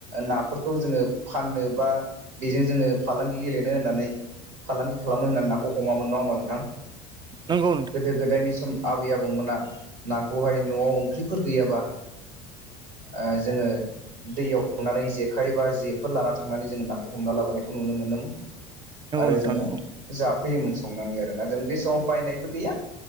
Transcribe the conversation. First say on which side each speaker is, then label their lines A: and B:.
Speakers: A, on the right; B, on the right.
A: नाफोरखौ जोङो फाननो बा बेजों जोङो फालांगि गेलेनो होननानै फालांगि खालामनो होननानै नाखौ हमामोन नङा होमबा नोंथां? गोदो
B: नंगौ
A: गोदायनि सम आबै आबौमोना नाखौहाय न'आव ओंख्रि फोर गैयाबा ओ जोङो दैयाव लुनानै जेखाइ बा जेफोर लाना थांनानै जोङो नाखौ हमना लाबोनायखौ नुनो मोनोमोन। आरो
B: नोंथां
A: जोङो
B: नंगौ
A: जाफैयोमोन संनानै आरोना जों बे समाव बायनायबो गैया।